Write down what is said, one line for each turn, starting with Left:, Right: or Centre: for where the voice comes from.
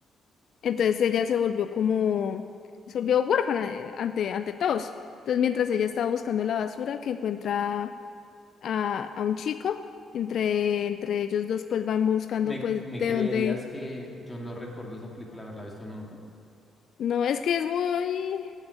Left: Entonces ella se volvió como, se volvió huérfana eh, ante, ante todos. Entonces, mientras ella estaba buscando la basura, que encuentra a, a un chico, entre, entre ellos dos pues van buscando
Centre: ¿Me,
Left: pues
Centre: me
Left: de
Centre: creerías
Left: dónde,
Centre: que yo no recuerdo esa película haberla visto nunca?
Left: no, es que es muy,